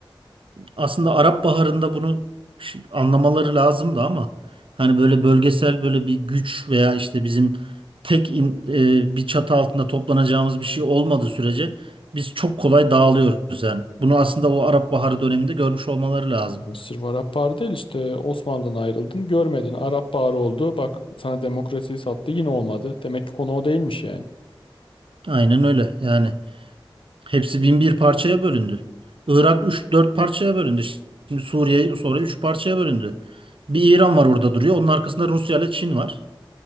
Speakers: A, on the right; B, on the left.
A: aslında Arap Baharı'nda bunu ş- anlamaları lazımdı ama hani böyle bölgesel böyle bir güç veya işte bizim tek in- e, bir çatı altında toplanacağımız bir şey olmadığı sürece biz çok kolay dağılıyoruz yani. Bunu aslında o Arap Baharı döneminde görmüş olmaları lazım.
B: Mısır var Arap Baharı değil işte Osmanlı'dan ayrıldın görmedin. Arap Baharı oldu. Bak sana demokrasiyi sattı yine olmadı. Demek ki konu o değilmiş yani.
A: Aynen öyle yani. Hepsi bin bir parçaya bölündü. Irak üç dört parçaya bölündü. Şimdi Suriye sonra 3 parçaya bölündü. Bir İran var orada duruyor. Onun arkasında Rusya ile Çin var.